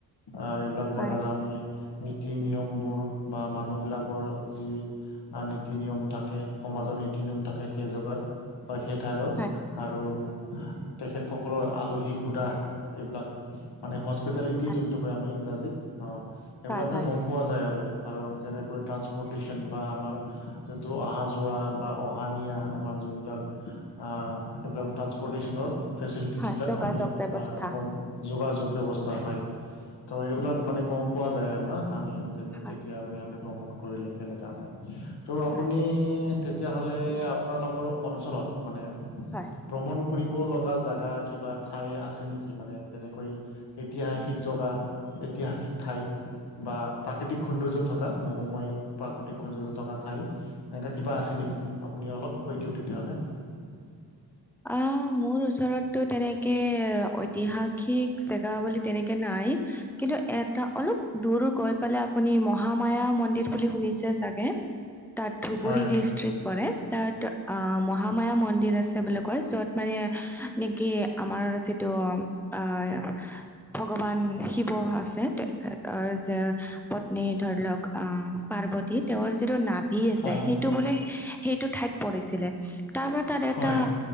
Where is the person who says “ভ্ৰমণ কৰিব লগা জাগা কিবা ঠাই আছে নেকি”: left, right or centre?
Left